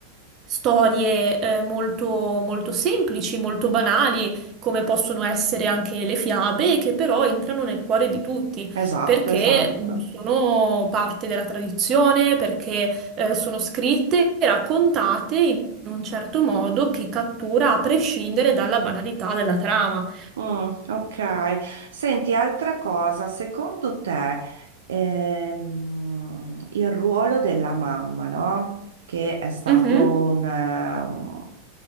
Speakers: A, on the right; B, on the right.
A: storie eh, molto, molto semplici, molto banali, come possono essere anche le fiabe, che però entrano nel cuore di tutti,
B: esatto,
A: perché
B: esatto.
A: sono parte della tradizione, perché eh, sono scritte e raccontate in un certo modo che cattura a prescindere dalla banalità della trama.
B: Mm, ok. Senti, altra cosa, secondo te ehm, il ruolo della mamma, no? Che è stato
A: Mhm,
B: un, ehm,